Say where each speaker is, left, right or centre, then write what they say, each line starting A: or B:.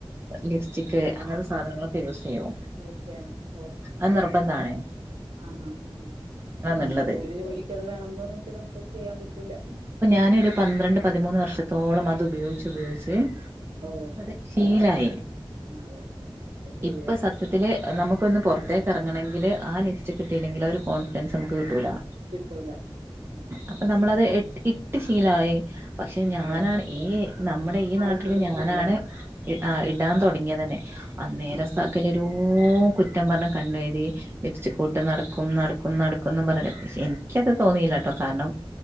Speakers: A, on the right (about 25°); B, on the right (about 70°).
A: ലിപ്സ്റ്റിക്ക് അങ്ങൻത്തെ സാധനങ്ങളൊക്കെ യൂസെയ്യും
B: യൂസെയ്യണം ഓഹ്
A: അത് നിർബന്ധാണ്.
B: ആഹ് ആഹ് ആഹ് ആഹ് അല്ല
A: എന്നുള്ളത്
B: അതാണ് ഒര് ജോലിക്കത് വേണംന്ന് പറഞ്ഞ്ടത്ത് നമുക്കൊന്നും ചെയ്യാൻപറ്റൂല
A: ഞാനൊര് പന്ത്രണ്ട് പതിമൂന്ന് വർഷത്തോളം അത് ഉപയോഗിച്ചുപയോഗിച്ച്
B: ഓ
A: അത് ‌ശീലായി
B: ആ അതെ അതെ അതെ അത് ശരിയാ
A: ഇപ്പ സത്യത്തില് നമുക്കൊന്ന് പൊറത്തേക്ക് എറങ്ങണെങ്കില് ആ ലിപ്സ്റ്റിക്കിട്ടീലെങ്കില് ഒരു കോൺഫിഡൻസമ്മക്ക് കിട്ടൂലാ
B: കിട്ടൂല ഉം
A: അപ്പ നമ്മളത് എട് ഇട്ട് ശീലായി പക്ഷെ ഞാനാണ്
B: അതെ
A: ഈ നമ്മുടെ ഈ നാട്ടില്
B: ആൾക്ക് പറ്റൂല
A: ഞാനാണ് ആ ഇടാൻ തൊടങ്ങിയതന്നെ അന്നേര
B: ആ
A: സകലൊരൂ കുറ്റം പറഞ് കണ്ണേ ഴുതി ലിപ്സ്റ്റികൂട്ട് നടക്കും നടക്കും നടക്കുന്നും പറഞ്ഞ്ട്ട് ‌ പക്ഷെ എനിക്കത് തോന്നിയില്ല ട്ടോകാരണം